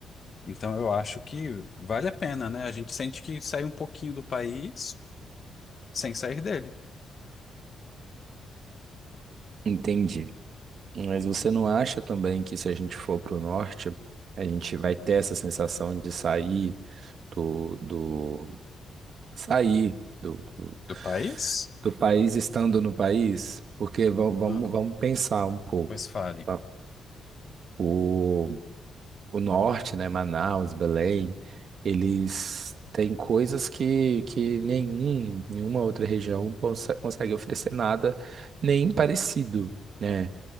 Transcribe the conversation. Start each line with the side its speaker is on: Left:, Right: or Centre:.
Left: Então eu acho que vale a pena, né? A gente sente que sai um pouquinho do país sem sair dele.
Right: entendi. Mas você não acha também que se a gente for para o norte, a gente vai ter essa sensação de sair do, do sair do, do,
Left: Do país?
Right: do país estando no país? Porque va- vamos,
Left: Hum,
Right: vamos pensar um pouco.
Left: pois fale.
Right: tá? O, o norte, né, Manaus, Belém, eles têm coisas que, que nenhum, nenhuma outra região conse- consegue oferecer nada nem parecido, né?